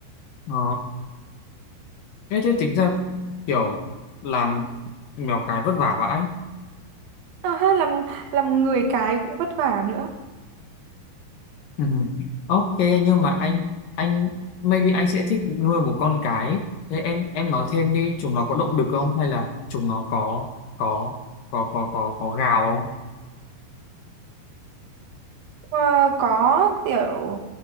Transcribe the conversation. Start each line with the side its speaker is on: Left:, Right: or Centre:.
Left: Ờ. Thế thế tính ra kiểu làm mèo cái vất vả vãi.
Right: à, hay làm làm người cái cũng vất vả nữa
Left: Ừ. Ok nhưng mà anh anh maybe anh sẽ thích nuôi một con cái. Thế em em nói thêm đi, chúng nó có động lực không hay là chúng nó có có có có có có gào không?
Right: Ờ, có kiểu